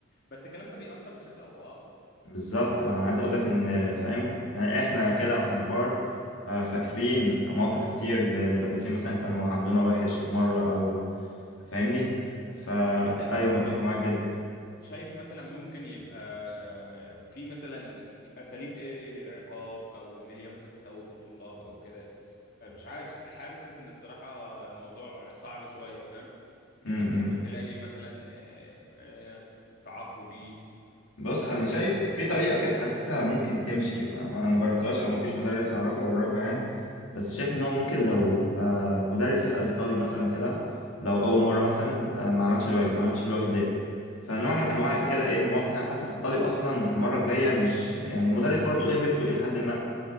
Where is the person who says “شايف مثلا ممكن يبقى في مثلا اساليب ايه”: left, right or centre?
Left